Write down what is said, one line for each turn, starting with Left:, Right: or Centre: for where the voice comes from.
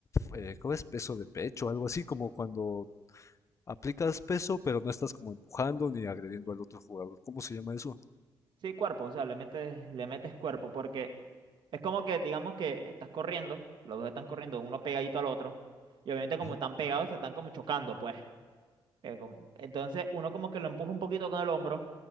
Left: eh, ¿cómo es? Peso de pecho, algo así como cuando aplicas peso, pero no estás como empujando ni agrediendo al otro jugador. ¿Cómo se llama eso?
Right: Sí, cuerpo, o sea, le metes, le metes cuerpo, porque es como que, digamos que estás corriendo, los dos están corriendo, uno pegadito al otro, y obviamente como
Left: Ujú,
Right: están pegados, se están como chocando, pues. eh, como- entonces uno como que lo empuja un poquito con el hombro